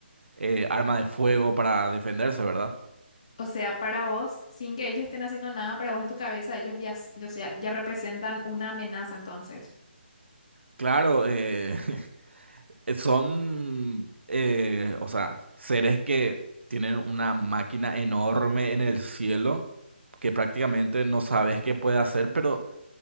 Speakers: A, on the right (about 80°); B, on the left (about 35°).
A: eh, arma de fuego para defenderse, ¿verdad?
B: O sea, para vos, sin que ellos estén haciendo nada, para vos en tu cabeza, ellos ya, s- o sea, ya representan una amenaza entonces.
A: Claro, eh, <laughs> son, eh, o sea, seres que tienen una máquina enorme en el cielo que prácticamente no sabes qué puede hacer, pero